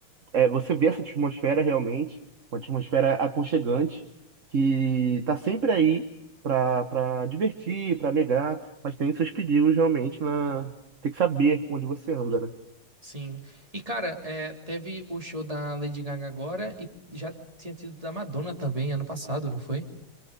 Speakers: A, on the right; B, on the right.
A: é, você vê essa atmosfera realmente, uma atmosfera aconchegante, que tá sempre aí para para divertir, para alegrar, mas tem seus perigos realmente na. Tem que saber onde você anda, né?
B: Sim. E, cara, é, teve o show da Lady Gaga agora e já tinha tido da Madonna também ano passado, não foi?